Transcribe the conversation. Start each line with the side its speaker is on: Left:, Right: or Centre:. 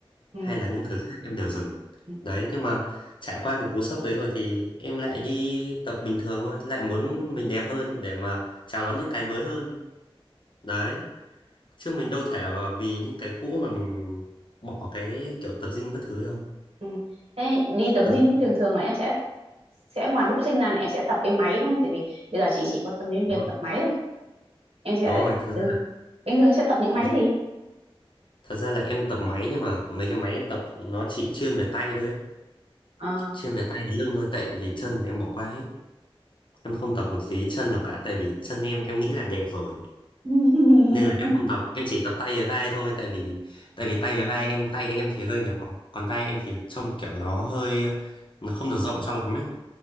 Right: ừ.
Left: hay là những thứ khác em đều dừng.
Right: Ừ.
Left: Đấy, nhưng mà trải qua cái cú sốc đấy rồi thì em lại đi tập bình thường thôi, lại muốn mình đẹp hơn để mà chào đón những cái mới hơn. Đấy, chứ mình đâu thể mà vì những cái cũ mà mình bỏ cái kiểu tập gym các thứ đâu.
Right: ừ. thế đi tập
Left: Tập
Right: gym
Left: gym
Right: thì thường thường là em sẽ sẽ ngoài boxing ra là em sẽ tập cái máy đúng không tại vì bây giờ chị chỉ quan tâm đến việc
Left: thôi.
Right: tập máy thôi em sẽ
Left: Đúng rồi, thật
Right: ừ. bình thường em sẽ tập những máy
Left: ra
Right: gì
Left: Thật ra là em tập máy nhưng mà mấy cái máy em tập nó chỉ chuyên về tay thôi ấy.
Right: Ờ.
Left: Chuyên về tay với lưng thôi tại vì chân thì em bỏ qua hết. Em không tập một tí chân nào cả tại vì chân em em nghĩ là đẹp rồi.
Right: <laughs>
Left: Nên là em không tập, em chỉ tập tay với vai thôi tại vì tại vì tay với vai em tay thì em thì hơi nhỏ, còn vai em thì trông kiểu nó hơi nó không được rộng cho lắm ấy.